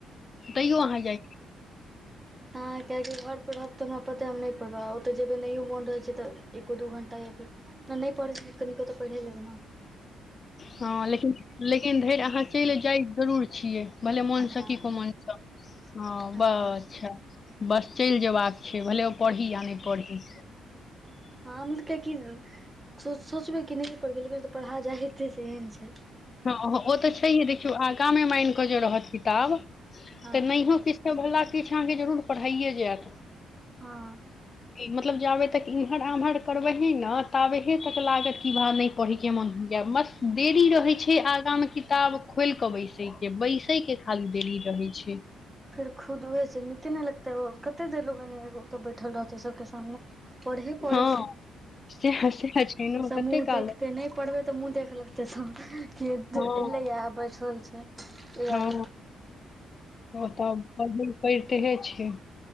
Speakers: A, on the left (about 40°); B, on the right (about 15°).
A: त अहाँ जा
B: आ किएकि घर पर रहब तऽ हमरा पताे हम नहि पढ़ब ओतऽ जेबै नहियो मन रहै छै तऽ एको दू घण्टा या फेर नहि नहि पढ़ै छै कनो तऽ पढ़ै लेबे ना
A: हँ लेकिन लेकिन धरि अहाँ चलि जाइ जरूर छियै भले मोनस
B: हँ
A: की को मनस ह
B: हँ
A: बच्छा बस चलि जेबाक छै भले ओ पढ़ी आ नहि पढ़ी
B: ह हम क सोचबै क नहि पढ़बै लेकिन तऽ पढ़ा जा हेते से एहन छै
A: हँ ओ तऽ छैहे देखियौ आगा मे मान कऽ जे रहत किताब
B: हँ
A: तऽ नहिय कि वला किछु अहाँके जरूर पढ़इयए जायत
B: हँ
A: मतलब जाबे तक इम्हर आम्हर करबे हे ने ताबेहे तक लागत की भाव नहि पढ़िके मन होइय बस देरी रहै छै आगा मे किताब खोल के बैसे के बैसे के खाली देरी रहे छै
B: फेर खुद ऊहं से निके न ने लगते ह कते देर लोगैने एगो तऽ बैठल रहतै सबके सामने पढ़हे पड़ै
A: हँ
B: छै
A: सएह सएह छै ने
B: सब
A: कते
B: मुह
A: काल
B: ताकिते नहि पढ़बै तऽ मुँह देख लगतै सब कि
A: हँ
B: एलैए बैठल छै ऐ दुआरे
A: हँ ओ तब पहिरते करितेहे छ